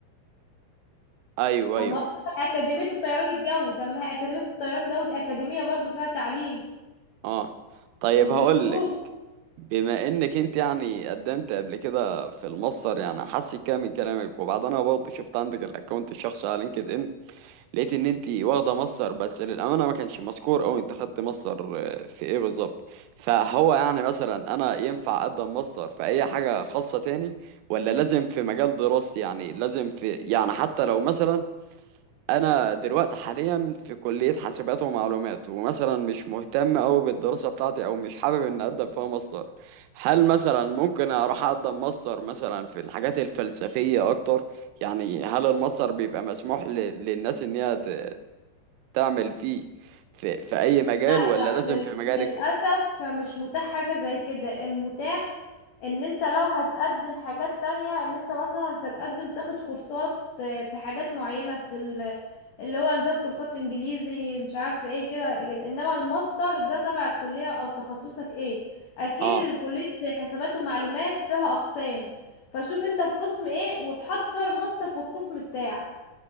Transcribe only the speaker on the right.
ايوه
ايوه
اه طيب
هقول لك بما انك انت يعني قدمت قبل كده في المصدر يعني حاسس كده من كلامك وبعدين انا برضه شفت عندك الاكونت الشخصي على لينكد ان لقيت ان انت واخده مصدر بس للامانه ما كانش مذكور او انت خدت مصدر آه، في ايه بالظبط فهو يعني مثلا انا ينفع اقدم مصدر في اي حاجه خاصه تاني ولا لازم في مجال دراستي يعني لازم في يعني حتى لو مثلا انا دلوقتي حاليا في كلية حاسبات ومعلومات ومثلا مش مهتم أوي بالدراسة بتاعتي او مش حابب ان اقدم فيها ماستر هل مثلا ممكن اروح اقدم ماستر مثلا في الحاجات الفلسفية اكتر يعني هل الماستر بيبقى مسموح ل... للناس ان هي ت... تعمل فيه في... في اي مجال
ولا
لازم
في مجالك
اه